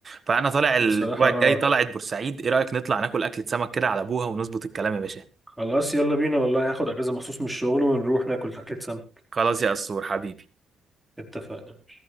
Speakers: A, on the right; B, in the centre.
A: فأنا طالع الأسبوع
B: بصراحة اه
A: الجاي طلعت بورسعيد إيه رأيك نطلع ناكل أكلة سمك كده على أبوها ونظبط الكلام يا باشا
B: خلاص يلا بينا والله هاخد اجازة مخصوص من الشغل ونروح ناكل اكلة سمك
A: خلاص يا قصور حبيبي
B: اتفقنا